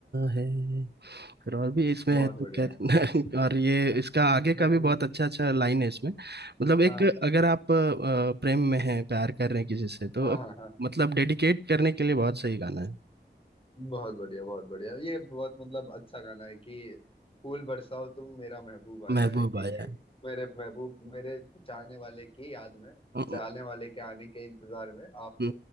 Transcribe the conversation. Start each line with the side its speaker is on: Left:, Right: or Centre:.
Right: है फिर और भी इसमें
Left: बहुत
Right: है तो
Left: बढ़िया
Right: क्या <laughs> और ये इसका आगे
Left: <laughs>
Right: का भी बहुत अच्छा अच्छा लाइन है इसमें मतलब एक
Left: हाँ
Right: अगर आप अ, प्रेम में हैं प्यार कर रहे हैं किसी से तो
Left: हाँ
Right: आप-
Left: हाँ हाँ
Right: मतलब डेडिकेट करने के लिए बहुत सही गाना है
Left: बहुत बढ़िया बहुत बढ़िया ये बहुत मतलब अच्छा गाना है कि फूल बरसाओ तुम मेरा महबूब आया
Right: महबूब
Left: है कि
Right: आया है
Left: मेरे महबूब मेरे चाहने वाले की याद में
Right: अ,
Left: चाहने वाले के आने के इंतजार में आप
Right: अ,